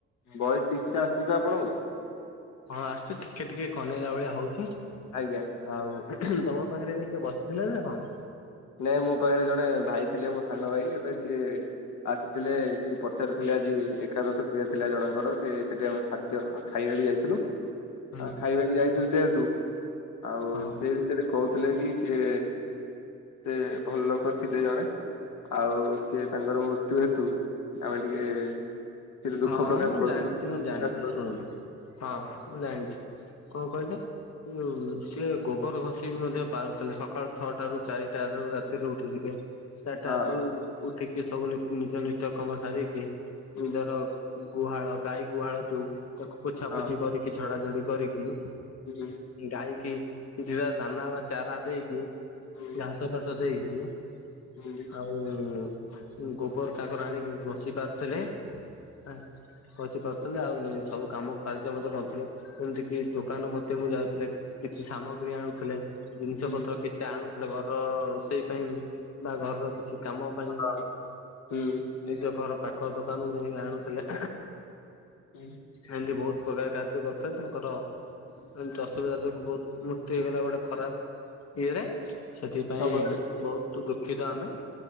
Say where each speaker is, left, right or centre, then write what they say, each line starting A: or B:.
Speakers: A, on the left; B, on the left.
A: ଭଏସ୍ ଠିକ୍ ସେ ଆସୁଛି ତ ଆପଣଙ୍କୁ?
B: ହଁ ଆସୁଛି। ଟିକେ ଟିକେ ଖନେଇଲା ଭଳିଆ ହଉଛି।
A: ଆଜ୍ଞା।
B: ଆଉ ତମ ପାଖେରେ ଏଇନା କିଏ ବସିଥିଲେ ନା କଣ?
A: ନାଇଁ ମୋ ପାଖେରେ ଜଣେ ଭାଇ ଥିଲେ ମୋ ସାନ ଭାଇ ଏବେ ସିଏ ଆସିଥିଲେ ଟିକେ ପଚାରୁ ଥିଲେ ଆଜି ଏକାଦଶ କ୍ରିୟା ଥିଲା ଜଣଙ୍କର ସେ ସେଇଠି ଆମେ ଖା ଦ୍ୟ ଖାଇବାକୁ ଯାଇଥିଲୁ।
B: ହୁଁ
A: ଆ ଖାଇବାକୁ ଯାଇଥିଲୁ ଯେହେତୁ ଆଉ
B: ହଁ
A: ସେଇ ବିଷୟରେ କହୁଥିଲେ କି ସିଏ ସେ ଭଲ ଲୋକ ଥିଲେ ଜଣେ। ଆଉ ସେ ତାଙ୍କର ମୃତ୍ୟୁ ହେତୁ ଆମେ ଟିକେ ଟିକେ ଦୁଃଖ
B: ହଁ
A: ପ୍ରକାଶ
B: ମୁଁ
A: କରୁଛୁ।
B: ଜାଣିଛି ମୁଁ
A: ପ୍ରକାଶ
B: ଜାଣିଛି
A: କରୁଛୁ
B: ଶୁଣନ୍ତୁ। ହଁ ମୁଁ ଜାଣିଛି। କଣ କହିଲ ଯୋଉଁ ସିଏ ଗୋବର ଘଷି ମଧ୍ୟ ପାରୁ ଥିଲେ ସକାଳୁ ଛଅଟାରୁ ଚାରିଟାରୁ ରାତିରୁ ଉଠି ଯିବେ। ଚାରିଟା
A: ହଁ
B: ରାତିରୁ ଉଠିକି ସବୁ ନି-ନିଜ ନିତ୍ୟ କର୍ମ ସାରିକି
A: ହୁଁ
B: ନିଜର ଉଁ ଗୁହାଳ ଗାଈ ଗୁହାଳ ଯୋଉ ତାକୁ ପୋଛାପୋଛି
A: ହଁ
B: କରି କି ଝଡାଝଡି କରିକି
A: ହୁଁ।
B: ଗାଈ କିି କିଛିଟା ଦାନା ବା ଚାରା ଦେଇକି,
A: ହୁଁ
B: ଘାସ ଫାସ ଦେଇକି ହ
A: <inaudible>
B: ଆଉଁ ଗୋବର ତାଙ୍କର ଆଣିକି ଘଷି ପାରୁଥିଲେ। ଆଁ ପସିି ପାରୁଥୁଲେ ଆଉ ନି ସବୁ କାମ କାର୍ଯ୍ୟ ମଧ୍ୟ କରୁଥିଲେ ଏମିତି କିି ଦୋକାନ ମଧ୍ୟ କୁ ଯାଉଥୁଲେ। କିଛି ସାମଗ୍ରୀ ଆଣୁଥୁଲେ। ଜିନିଷ
A: ହୁଁ
B: ପତ୍ର କିଛି ଆଣୁଥୁଲେ ଘରର ରୋଷେଇ ପାଇଁ ବା ଘରର କିଛି କାମ ପାଇଁ
A: ହଁ ହୁଁ
B: ନିଜ ଘର ପାଖ ଦୋକାନକୁୁ ଯାଇକି ଆଣୁଥୁଲେ।
A: <unintelligible>
B: ଏମିତି ବୋହୁତ ପ୍ରକାର କାର୍ଯ୍ୟ କରିଥାଏ ତାଙ୍କର ଏମିତି ଅସୁବିଧା ଯୋଗୁ ବୋହୁତ <unintelligible> ହେଇଗଲା ଗୋଟେ ଖରାପ ଇଏରେ ସେଥିପାଇଁ
A: ସମୟରେ
B: ବୋହୁତୁ ଦୁଃଖିତ ଆମେ।